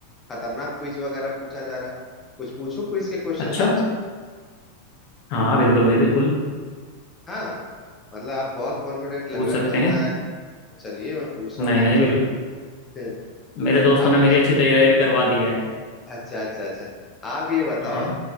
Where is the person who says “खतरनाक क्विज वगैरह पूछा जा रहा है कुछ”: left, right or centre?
Left